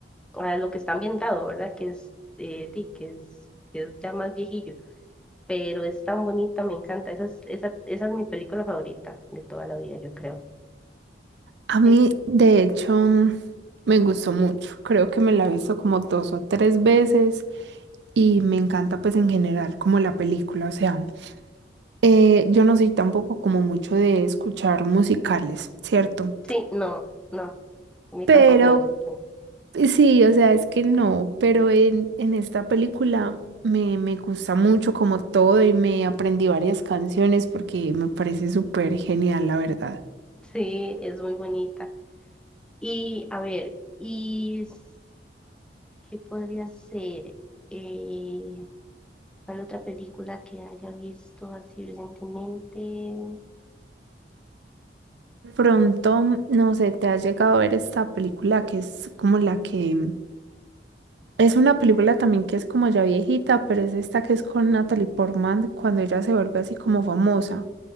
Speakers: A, in the centre; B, on the right.
A: ah, lo que está ambientado, ¿verdad? Que es, eh, di, que es, que es ya más viejillo. pero es tan bonita, me encanta. Esa es, esa, esa es mi película favorita de toda la vida, yo creo.
B: A mí,
A: Sí,
B: de hecho, mm, me gustó mucho. Creo que me la he visto como dos o tres veces y me encanta pues en general como la película. O sea, eh, yo no soy tampoco como mucho de escuchar musicales, ¿cierto?
A: sí, no, no, a mí
B: Pero
A: tampoco me gusta.
B: Sí, o sea, es que no, pero en, en esta película me, me gusta mucho como todo y me aprendí varias canciones porque me parece súper genial, la verdad.
A: Sí, es muy bonita. Y a ver, ¿y s- qué podría ser? Eh, ¿cuál otra película que haya visto así recientemente?
B: De pronto, no sé, te has llegado a ver esta película que es como la que... Es una película también que es como ya viejita, pero es esta que es con Natalie Portman cuando ella se vuelve así como famosa.